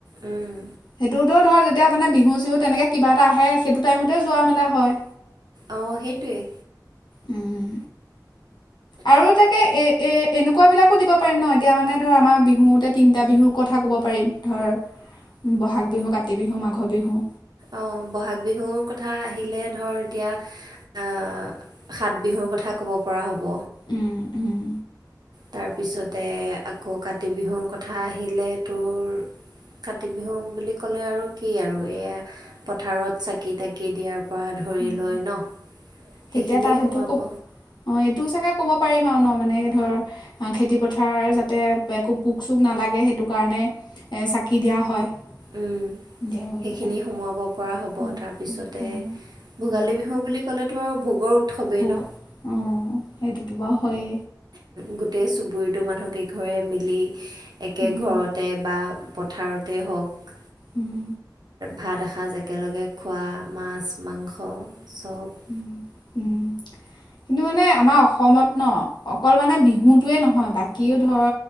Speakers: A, on the right (about 70°); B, on the left (about 85°).
A: উম।
B: সেইটোতো ধৰ যেতিয়া মানে বিহু- চিহু তেনেকৈ কিবা এটা আহে সেইটো টাইমতে যোৱা মেলা হয়।
A: অ সেইটোৱেই।
B: উম। আৰু তাকে এ এ এনেকুৱাবিলাকো দিব পাৰিম ন এতিয়া মানে ধৰ আমাৰ বিহুতে তিনিটা বিহুৰ কথা ক'ব পাৰিম। ধৰ বহাগ বিহু, কাতি বিহু, মাঘৰ বিহু,
A: অঁ বহাগ বিহুৰ কথা আহিলে ধৰ এতিয়া, আহ সাত বিহুৰ কথা ক'ব পৰা হ'ব।
B: উম উম!
A: তাৰপিছতে আকৌ কাতি বিহুৰ কথা আহিলে তোৰ, কাতি বিহু বুলি ক'লে আৰু কি আৰু এইয়া পথাৰত চাকি তাকি দিয়াৰ পৰা ধৰি
B: উম।
A: লৈ ন'
B: তেতিয়া
A: সেইখিনিয়ে
B: তাত এইটো
A: সোমাব।
B: ক'ব অ', এইটোও চাগে ক'ব পাৰিম আৰু ন' মানে ধৰ খেতি-পথাৰ যাতে একো পোক-চোক নালাগে সেইটো কাৰণে চাকি দিয়া হয়।
A: উম,
B: সন্ধিয়া গৈ
A: সেইখিনি
B: পেলাই
A: সোমোৱাব পৰা হ'ব
B: উম
A: তাৰপিছতে
B: উম উম
A: ভোগালী
B: উম
A: বিহু বুলি ক'লেতো আৰু ভোগৰ উৎসৱেই
B: ভোগ
A: ন
B: অ', সেইটোতো বাৰু হয়ে।
A: গোটেই চুবুৰীটো মানুহক কেইঘৰে মিলি একে
B: উম
A: ঘৰতে বা পথাৰতে হওক
B: উম
A: ভাত এসাঁজ একেলগে খোৱা মাছ, মাংস চব।
B: উম, উম। কিন্তু মানে আমাৰ অসমত ন' অকল মানে বিহুতোৱে নহয় বাকীও ধৰ